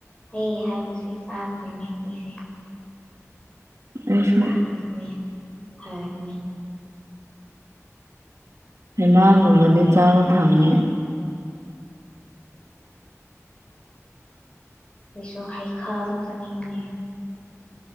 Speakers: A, on the left (about 20°); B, on the right (about 65°).
A: ꯍꯩ ꯍꯥꯏꯕꯕꯁꯤꯦ ꯆꯥꯗ꯭ꯔꯤꯅꯦ ꯃꯤꯁꯦ
B: ꯑꯩꯁꯨ
A: ꯑ ꯆꯥꯡ ꯀ ꯍꯥꯏꯔꯅꯤ
B: ꯍꯩꯅꯥꯥꯡꯒꯨꯝꯕꯗꯤ ꯆꯥꯕ ꯊꯝꯉꯦ
A: ꯑꯩꯁꯨ ꯍꯩꯈꯥꯗ ꯆꯥꯅꯤꯡꯉꯅꯦ